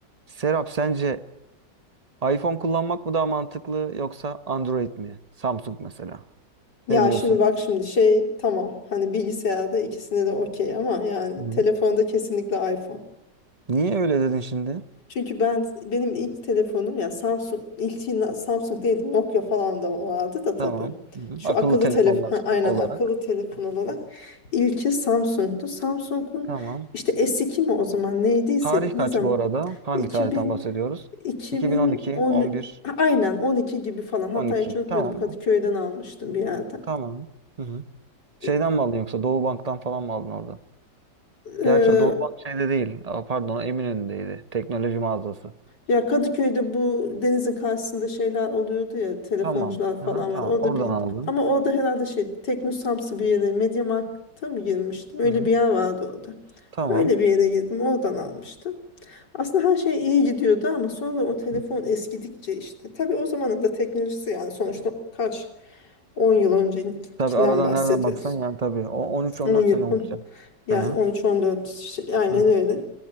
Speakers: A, on the right; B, on the left.
A: Serap sence iPhone kullanmak mı daha mantıklı yoksa Android mi? Samsung mesela.
B: Ya
A: Ne diyorsun?
B: şimdi bak şimdi şey tamam hani bilgisayarda ikisine de okey ama yani
A: Hı.
B: telefonda kesinlikle iPhone.
A: Niye öyle dedin şimdi?
B: Çünkü ben benim ilk telefonum ya Samsung ilk yine Samsung değil Nokia falan da vardı da tabii.
A: Tamam. Hı.
B: Şu
A: Akıllı
B: akıllı
A: telefonlar
B: telefon ha, aynen
A: olarak.
B: akıllı telefon olarak ilki Samsung'tu. Samsung'un
A: Tamam.
B: işte S2 mi o zaman neydiyse
A: Tarih
B: ne
A: kaç
B: zaman
A: bu arada? Hangi
B: 2000
A: tarihten bahsediyoruz?
B: 2010
A: 2012, 11,
B: ha, aynen 12 gibi falan hatta
A: 12.
B: hiç unutmuyordum
A: Tamam
B: Kadıköy'den
A: mı?
B: almıştım bir yerden.
A: Tamam. Hı hı.
B: E,
A: Şeyden mi aldın yoksa Doğu Bank'tan falan mı aldın orada?
B: O,
A: Gerçi o Doğu Bank şeyde değil. Aa, Pardon, Eminönü'ndeydi. Teknoloji mağazası.
B: Ya Kadıköy'de bu denizin karşısında şeyler oluyordu ya telefoncular
A: Tamam.
B: falan
A: Aha, tamam.
B: var. Orada
A: Oradan
B: bir
A: aldım.
B: ama orada herhalde şey Teknosamsı bir yere Mediamarkt'a mı girmiştim? Öyle
A: Hı hı.
B: bir yer vardı orada.
A: Tamam.
B: Öyle bir yere girdim oradan almıştım. Aslında her şey iyi gidiyordu ama sonra o telefon
A: Hı.
B: eskidikçe işte. Tabii o zamanın da teknolojisi yani sonuçta kaç 10 yıl öncekinden
A: Tabii arada
B: bahsediyoruz.
A: nereden baksan yani tabii. O 13-14
B: 10 yıl
A: sene olmuş
B: 10,
A: ya.
B: yani
A: Hı hı.
B: 13-14 şey, aynen
A: Hı hı.
B: öyle.